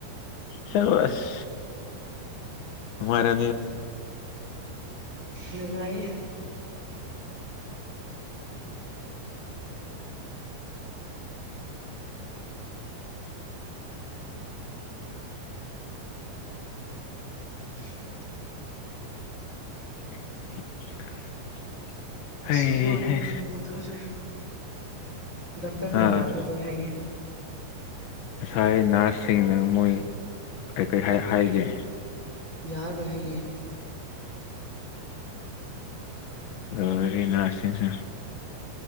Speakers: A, on the left (about 80°); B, on the right (about 15°).
A: ꯁꯦꯡꯕ ꯑꯁ ꯅꯨꯡꯉꯥꯏꯔ
B: ꯅꯨꯡꯉꯥꯏꯌꯦ <inaudible>
A: <inaudible>
B: ꯑꯁ ꯋꯥ <unintelligible>
A: ꯍꯩ
B: ꯃꯊꯥ ꯁꯥꯢ ꯗꯣꯛꯇꯔꯅ
A: ꯑꯥ
B: ꯌꯥꯔꯔꯣꯏ ꯍꯥꯏꯌꯦ
A: ꯉꯁꯥꯏ ꯅꯥꯔꯁꯤꯡꯅ ꯃꯣꯏ ꯀꯩ ꯀꯩ ꯍꯥꯏꯒꯦ
B: ꯌꯥꯔꯔꯣꯏ ꯍꯥꯏꯌꯦ
A: ꯂꯣꯏꯔꯦ ꯅꯥꯔꯁ ꯁꯤꯡꯁꯨ